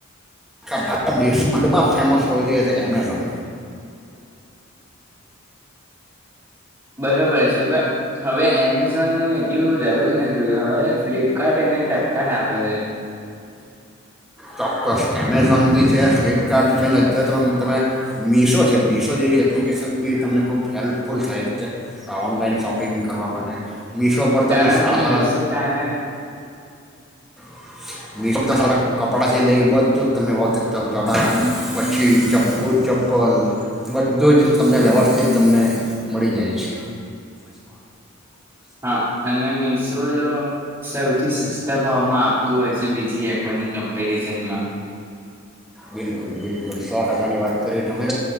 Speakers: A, in the centre; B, on the right.
A: આખા ભારત દેશમાં ફેમસ અમેઝોન.
B: બરોબર છે પણ હવે એમેઝોનનું એટલું રહ્યું નથી, હવે ફ્લિપકાર્ટ એને ટક્કર આપે છે.
A: ચોક્કસ એમેઝોન બી છે ફ્લિપકાર્ટ છે ને અત્યારે તો તમે મીશો છે મીશો જેવી એપ્લિકેશન બી તમને ખૂબ હેલ્પફુલ થાય છે, આ ઓનલાઈન શોપિંગ કરવા માટે. મીશો પર
B: કારણ
A: તમે સારા
B: કે
A: સારા
B: મીશું કારણ
A: <inaudible> કપડાથી લઈ બધું જ તમને <unintelligible> પછી ચપ્પુ ચપ્પલ બધું જ તમને વ્યવસ્થિત તમને મળી જાય છે.
B: હા અને મીશો જો સૌથી સસ્તા ભાવમાં આપતું હોય છે. જે બીજી એપોની કમ્પેરિઝનમાં.
A: બિલકુલ બિલકુલ સો ટકાની વાત કરી તમે